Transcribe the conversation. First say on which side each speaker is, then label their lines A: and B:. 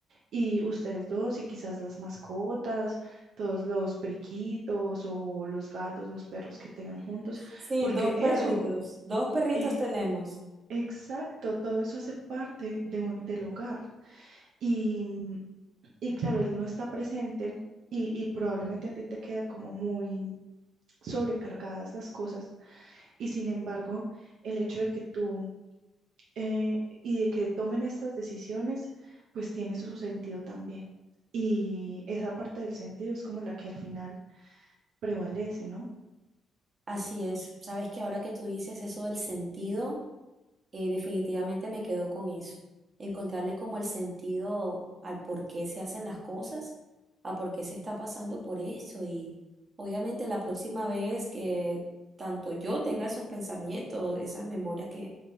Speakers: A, on the right (about 70°); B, on the right (about 40°).
A: Y ustedes dos y quizás las mascotas, todos los periquitos o los gatos, los perros que tengan juntos,
B: Sí,
A: porque
B: dos perritos.
A: eso,
B: Dos perritos
A: eh,
B: tenemos.
A: exacto, todo eso hace parte de un- del hogar. Y, mm, y claro, él no está presente y, y probablemente a ti te queda como muy sobrecargadas las cosas. Y sin embargo, el hecho de que tú eh, y de que tomen estas decisiones, pues tiene su sentido también. Y esa parte del sentido es como la que al final prevalece, ¿no?
B: Así es. Sabes que ahora que tú dices eso del sentido. eh, definitivamente me quedo con eso, encontrarle como el sentido al por qué se hacen las cosas, a por qué se está pasando por eso y obviamente la próxima vez que tanto yo tenga esos pensamientos, esas memorias que